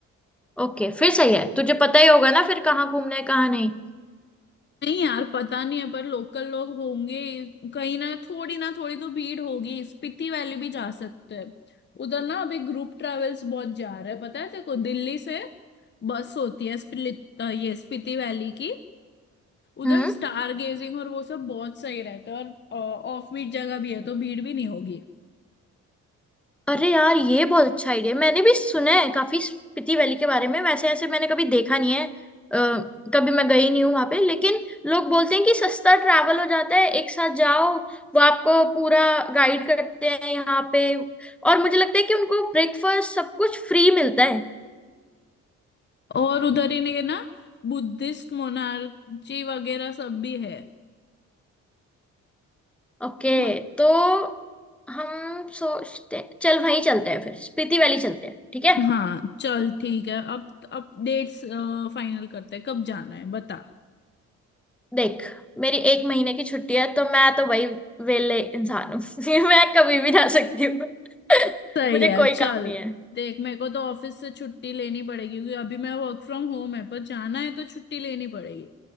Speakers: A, in the centre; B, on the left.
A: ओके फिर सही है तुझे पता ही होगा ना फिर कहाँ घूमना है कहाँ नहीं
B: नहीं यार पता नहीं है पर लोकल लोग होंगे कहीं ना थोड़ी ना थोड़ी तो भीड़ होगी स्पीति वैली भी जा सकते हैं उधर ना अभी ग्रुप ट्रेवल्स बहुत जा रहे हैं पता है तेरे को दिल्ली से बस होती है स्पिलित अ, ये स्पीति वैली की उधर
A: हम्म
B: स्टार गेजिंग और वो सब बहुत सही रहता है और ऑफ बीट जगह भी है तो भीड़ भी नहीं होगी
A: अरे यार ये बहुत अच्छा आइडिया मैंने भी सुना है काफी स्पीति वैली के बारे में वैसे ऐसे मैंने कभी देखा नहीं है अ, कभी मैं गई नहीं हूँ वहां पे लेकिन लोग बोलते हैं कि सस्ता ट्रैवल हो जाता है एक साथ जाओ वो आपको पूरा गाइड करते हैं यहाँ पे और मुझे लगता है कि उनको ब्रेकफास्ट सब कुछ फ्री मिलता है
B: और उधर ही ने ना बुद्धिस्ट मोनार्ची वगैरह सब भी है
A: ओके
B: तो
A: तो हम सोचते चल वहीं चलते हैं फिर स्पीति वैली चलते हैं ठीक है
B: हाँ चल ठीक है अब अब डेट्स फाइनल करते हैं कब जाना है बता
A: देख मेरी एक महीने की छुट्टी है तो मैं तो वही वेले इंसान हूँ <laughs> मैं कभी भी जा सकती हूँ <laughs>
B: सही
A: मुझे
B: है
A: कोई
B: चल
A: काम नहीं है
B: देख मेरे को तो ऑफिस से छुट्टी लेनी पड़ेगी क्योंकि अभी मैं वर्क फ्रॉम होम है पर जाना है तो छुट्टी लेनी पड़ेगी